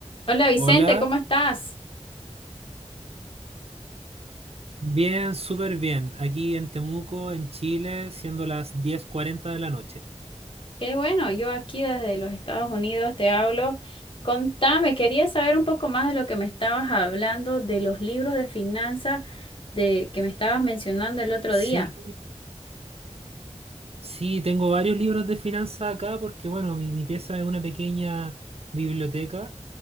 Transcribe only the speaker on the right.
Hola,
bien, súper bien. Aquí en Temuco, en Chile, siendo las diez cuarenta de la noche.
Sí,
sí, tengo varios libros de finanzas acá porque, bueno, mi, mi pieza es una pequeña biblioteca